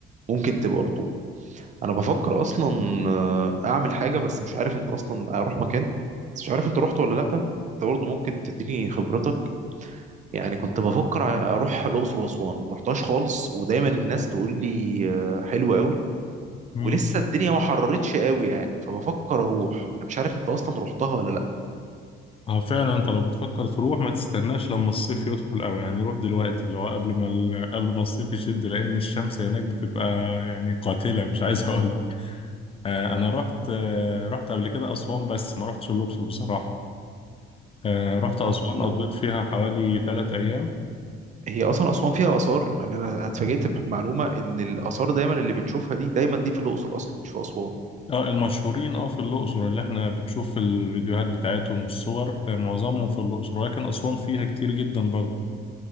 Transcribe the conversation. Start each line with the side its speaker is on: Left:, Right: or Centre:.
Right: ممكن تبقى رطوبه انا بفكر اصلا آه، اعمل حاجه بس مش عارف انت اصلا اروح مكان بس مش عارف انت رحت ولا لا انت برضه ممكن تديني خبرتك يعني كنت بفكر ع- اروح الاقصر واسوان ما رحتهاش خالص ودايما الناس تقول لي آه، حلو قوي ولسه
Left: مم.
Right: الدنيا ما حررتش قوي يعني فبفكر اروح انا مش عارف انت اصلا رحتها ولا لا
Left: هو فعلا انت لو بتفكر تروح ما تستناش لما الصيف يدخل قوي يعني روح دلوقتي اللي هو قبل ما ال... قبل ما الصيف يشد لان الشمس هناك بتبقى يعني قاتلة مش عايز اقول لك آه، انا رحت آه، رحت قبل كده اسوان بس ما رحتش الاقصر بصراحة آه، رحت أسوان
Right: هو هو
Left: قضيت فيها حوالي ثلاث أيام
Right: هي اصلا اسوان فيها اثار يعني انا اتفاجئت بمعلومه ان الاثار دايما اللي بنشوفها دي دايما دي في الاقصر اصلا مش في اسوان
Left: اه المشهورين اه في الأقصر اللي احنا بنشوف في الفيديوهات بتاعتهم والصور آه، معظمهم في الأقصر ولكن أسوان فيها كتير جدا برضه